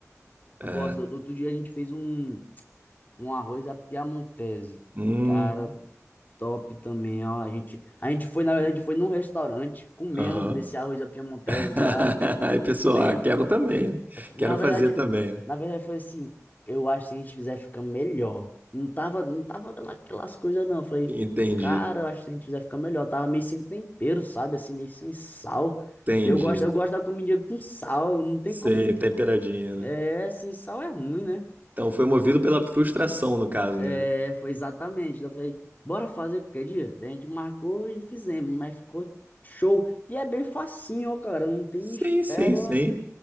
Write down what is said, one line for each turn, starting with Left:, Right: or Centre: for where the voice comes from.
Right: É.
Left: Eu gosto. Outro dia a gente fez um, um arroz à piamontese.
Right: Hum,
Left: Cara, top também, ó. A gente, a gente foi, na verdade, foi num restaurante, comemos
Right: aham.
Left: esse arroz à piamontese
Right: <laughs>
Left: lá.
Right: Aí, pessoal,
Left: Falei,
Right: ah, quero também. Quero
Left: na
Right: fazer
Left: verdade,
Right: também.
Left: na verdade foi assim, eu acho que se a gente fizer fica melhor. Não tava, não tava aquela- aquelas coisas não. Eu Falei,
Right: Entendi,
Left: cara, eu acho que se a gente fizer fica melhor. Tava meio sem tempero, sabe? Assim, meio sem sal.
Right: entendi.
Left: E eu gosto, eu gosto da comida com sal. Não tem
Right: Sim,
Left: como,
Right: temperadinha, né?
Left: é, sem sal é ruim, né?
Right: Então foi movido pela frustração, no caso,
Left: É,
Right: né?
Left: foi exatamente. Eu falei, bora fazer qualquer dia? Daí a gente marcou e fizemos, mas ficou show. E é bem facinho, ó, cara. Não tem
Right: Sim,
Left: mistério,
Right: sim, sim.
Left: ó.